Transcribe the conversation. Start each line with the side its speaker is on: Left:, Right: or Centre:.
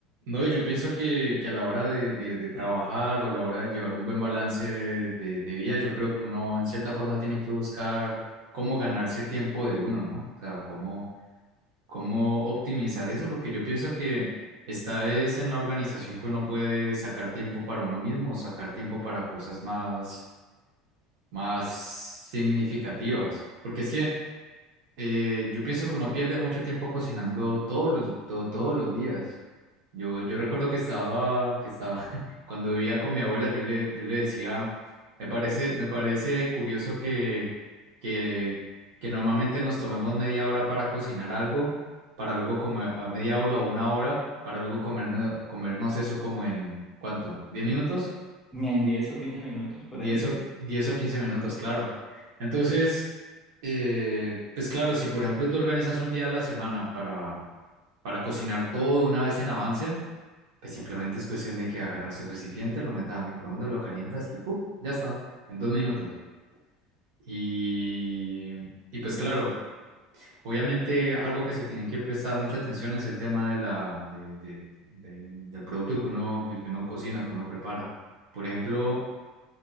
Right: no, yo pienso que, que a la hora de, de, de trabajar o a la hora de llevar un buen balance de, de vida, yo creo que uno en cierta forma tiene que buscar cómo ganarse el tiempo de uno, ¿no? O sea, cómo cómo optimizar eso, porque yo pienso que esta es en la organización que uno puede sacar tiempo para uno mismo, sacar tiempo para cosas más, más significativas, porque es que eh, yo pienso que uno pierde mucho tiempo cocinando todos los, to- todos los días. Yo, yo recuerdo que estaba, que estaba, <laughs> cuando vivía con mi abuela, yo le, yo le decía, me parece, me parece curioso que, que, que normalmente nos tomemos media hora para cocinar algo, para luego comer, a media hora o una hora, para luego comernos, comernos eso como en, ¿cuánto? diez minutos?
Centre: En diez o 15 minutos por
Right: diez
Centre: ahí.
Right: o, 10 o 15 minutos, claro. Entonces... Eh, pues claro, si por ejemplo tú organizas un día a la semana para, para cocinar todo una vez en avance, pues simplemente es cuestión de que agarras el recipiente, lo metas a microondas, lo calientas y ¡pum! Ya está, en dos minutos. Y, y pues claro, obviamente algo que se tiene que prestar mucha atención es el tema de la, de, de- de- del producto que uno, que, que uno cocina, que uno prepara. Por ejemplo,